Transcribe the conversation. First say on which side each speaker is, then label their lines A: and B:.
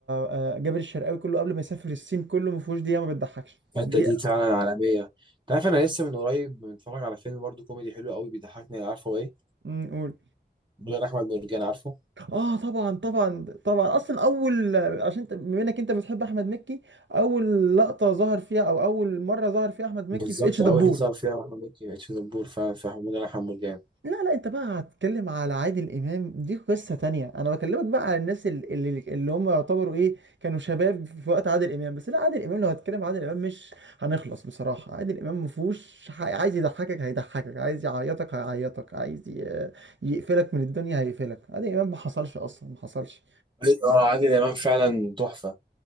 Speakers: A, on the right (about 90°); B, on the right (about 25°).
A: آه، جابر الشرقاوي كله قبل ما يسافر الصين كله ما فيهوش دقيقه ما بتضحكش
B: الحته
A: دقيقه
B: دي فعلا عالميه انت عارف انا لسه من قريب متفرج على فيلم برضه كوميدي حلو قوي بيضحكني عارفه ايه
A: امم، قول
B: مدير احمد مرجان عارفه
A: اه طبعا طبعا طبعا اصلا اول عشان انت بما انك انت بتحب احمد مكي اول لقطه ظهر فيها او اول مره ظهر فيها احمد مكي
B: بالظبط
A: في اتش دبور
B: قوي حته اللي فيها احمد مكي في دبور فعلا في مدير احمد مرجان
A: لا لا انت بقى هتتكلم على عادل امام دي قصه تانية انا بكلمك بقى على الناس اللي, اللي, اللي هم يعتبروا ايه كانوا شباب في وقت عادل امام بس لا عادل امام لو هتكلم عادل امام مش هنخلص بصراحه عادل امام مفهوش ح- عايز يضحكك هيضحكك عايز يعيطك هيعيطك عايز ي- يقفلك من الدنيا هيقفلك عادل امام ما حصلش اصلا ما حصلش
B: أيوة، اه عادل امام فعلا تحفه